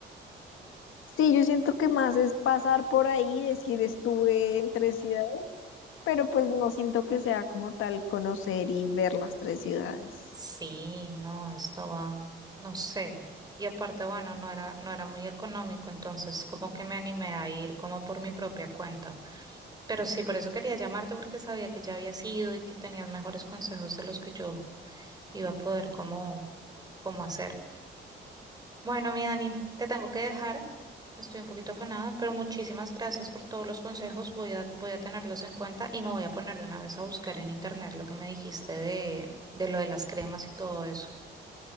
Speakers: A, on the left (about 85°); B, on the right (about 20°).
A: Sí, yo siento que más es pasar por ahí, decir estuve entre ciudades pero pues no siento que sea como tal conocer y ver las tres ciudades.
B: Sí, no, esto va, no sé. Y aparte, bueno, no era, no era muy económico, entonces como que me animé a ir como por mi propia cuenta. Pero sí, por eso quería llamarte porque sabía que ya habías ido y que tenías mejores consejos de los que yo iba a poder cómo, cómo hacer. Bueno, mi Dani, te tengo que dejar. Estoy un poquito afanada, pero muchísimas gracias por todos los consejos. Voy a, voy a tenerlos en cuenta y me voy a poner de una vez a buscar en internet lo que me dijiste de, de lo de las cremas y todo eso.